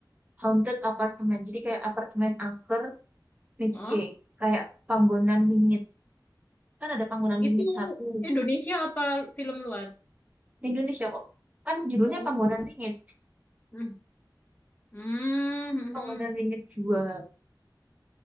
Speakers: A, on the right; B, on the left.
A: Haunted Apartment jadi kayak apartemen angker Miss
B: Oh,
A: K kayak panggonan wingit kan ada panggonan wingit
B: itu
A: satu
B: Indonesia apa film luar?
A: Indonesia kok kan judulnya
B: Oh.
A: panggonan wingit
B: <laughs> Hmm, hmm,
A: panggonan
B: hmm.
A: wingit dua